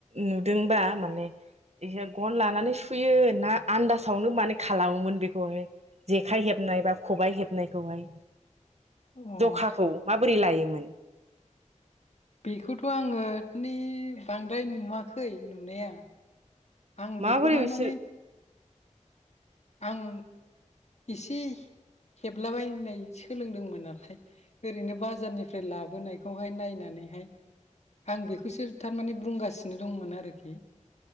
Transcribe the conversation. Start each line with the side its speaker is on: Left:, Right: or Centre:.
Right: नुदोंबा माने बिसोर गन लानानै सुयो ना आन्दासावनो माने खालामोमोन बेखौहाय जेखाइ हेबनाय बा खबाइ हेबनायखौहाय
Left: अ
Right: जखाखौ माबोरै लायो। मोन।
Left: बेखौथ आङो माने बांद्राय नुवाखै नुनाया आं बेखौहाय
Right: माबोरै बिसोर
Left: माने आं एसे हेबलाबायनाय सोलोंदोंमोन नालाय ओरैनो बाजारनिफ्राय लाबोनायखौहाय नायनानैहाय आं बेखौसो थारमाने बुंगासिनो दंमोन आरोखि